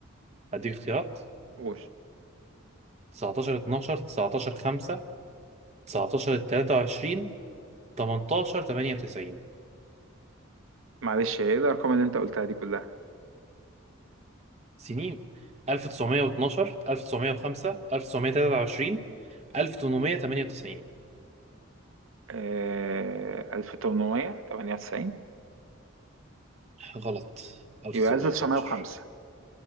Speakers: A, on the right; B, on the right.
A: هديك اختيارات
B: قول
A: 19 12 19 5 19 23 18 98
B: معلش ايه الارقام اللي انت قلتها دي كلها
A: سنين 1912 1905 1923 1898
B: آه 1898
A: غلط 1912
B: يبقى 1905